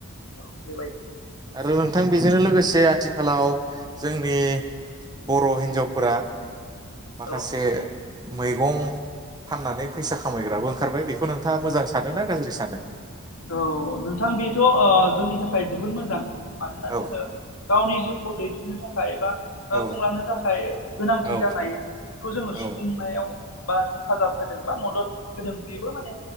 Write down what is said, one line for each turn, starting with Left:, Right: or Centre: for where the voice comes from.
Left: औ बेबायदि
Right: आरो थां बेजोंनो लोगोसे आथिखालाव जोंनि बर' हिनजावफोरा माखासे
Left: औ
Right: मैगं फाननानै फैसा खामायग्राबो ओंखारबाय, बेखौ नोंथाङा मोजां सानो ना गाज्रि सानो?
Left: औ नोंथां बेथ' ओ जोंनि थाखाय जोबोद मोजां मानोना
Right: औ
Left: जोङो गावनि जिउखौ दैदेननो थाखाय एबा
Right: औ
Left: खुंलांनो थाखाय गोनांथि
Right: औ
Left: जानाय खौ जोङो सुफुंनायाव,
Right: औ
Left: बा हेफाजाब होदों बा मदद होदों, बेबो माने